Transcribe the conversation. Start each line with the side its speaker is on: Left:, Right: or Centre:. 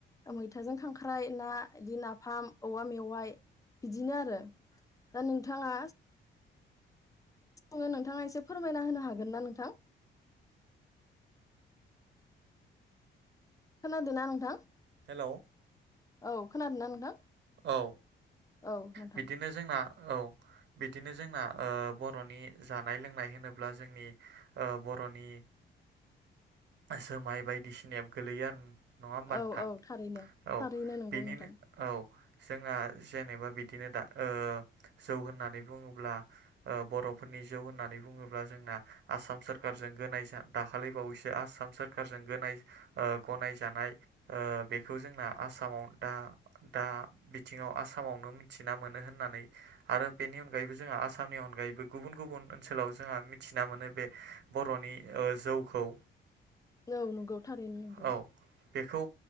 Left: मैथाजों खांख्राइ ना, बिदि नाफाम औवा मेवाइ बिदिनो आरो दा नोंथाङा संङो नोंथाङा एसे फोरमायना होनो हागोन ना नोंथां? खोनादों ना नोंथां?
Right: हेलौ
Left: औ खोनादोंना नोंथां?
Right: औ
Left: औ नोंथां
Right: बिदिनो जोंना औ बिदिनो जोंना ओ बर'नि जानाय लोंनाय होनोब्ला जोंनि बर'नि जोमाय बायदिसिनायाबो गोलैयो आरो नङा होमबा
Left: औ
Right: नोंथां
Left: औ थारैनो
Right: औ
Left: थारैनो नंगौ
Right: बेनिनो
Left: नोंथां।
Right: औ जोंना जेनेबा बिदिनो दा ओ जौ होननानै बुङोब्ला ओ बर'फोरनि जौ होन होन्नानै बुङोब्ला जोंना आसाम सोरखारजों गोनाय जा दाखालि बावैसो आसाम सोरखारजों गनाय गनायजानाय ओ बेखौ जोंना आसामाव दा दा बिथिङाव आसामावनो मिथि ना मोनो होननानै आरो बेनि अनगायैबो जोंहा आसामनि अनगायैबो गुबुन गुबुन ओनसोलाव जोंहा मिथिना मोनो बे बर'नि जौखौ।
Left: औ नंगौ थारैनो नंगौ।
Right: औ बेखौ